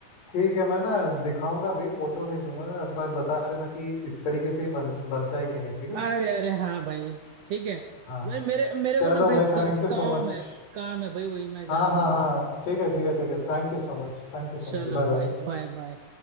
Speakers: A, on the left; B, on the right.
A: ठीक है मैं ना दिखाऊंगा भी फोटो भेजूंगा एक बार बता देना कि इस तरीके से ही बन, बनता है कि नहीं ठीक है
B: अरे अरे हाँ भाई ठीक है
A: हाँ
B: भाई मेरे मेरे
A: चलो
B: को ना भाई
A: भाई
B: का,
A: थैंक यू
B: काम
A: सो मच
B: है काम है भाई वही मैं जा
A: हाँ
B: रहा
A: हाँ
B: हूँ
A: हाँ
B: अभी
A: ठीक है ठीक है ठीक है thank you so much thank you so
B: चलो
A: much bye bye
B: भाई बाय बाय